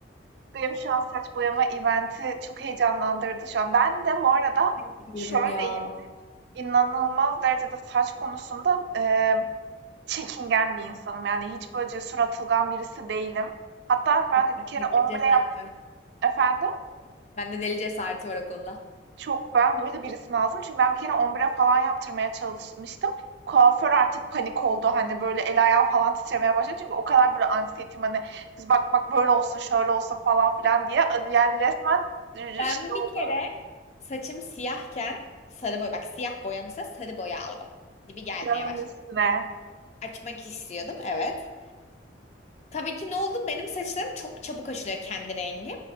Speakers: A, on the right (about 65°); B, on the left (about 35°).
A: benim şu an saç boyama event'i çok heyecanlandırdı şu an. Ben de bu arada
B: Diyorum
A: şöyle
B: ya.
A: İnanılmaz derecede saç konusunda, emm, çekingen bir insanım. Yani hiç böyle cesur, atılgan birisi değilim. Hatta ben
B: Of, Bende
A: bir kere ombre
B: deli cesareti
A: yap
B: var.
A: Efendim?
B: Bende deli cesareti var o konuda.
A: Çok ben böyle birisi lazım. Çünkü ben bir kere ombre falan yaptırmaya çalışmıştım. Kuaför artık panik oldu. Hani, böyle el ayağı falan titremeye başladı. Çünkü o kadar böyle anksiyetim hani, "Kız bak bak böyle olsun, şöyle olsun." falan filan diye. yani resmen
B: Ben
A: şey oldu,
B: bir kere saçım siyahken sarı boya. Bak siyah boyanırsa sarı boya aldım. Dibi gelmeye
A: yağın
B: başladı.
A: üstüne.
B: Açmak istiyordum evet. Tabii ki ne oldu? Benim saçlarım çok çabuk açılıyor kendi rengi.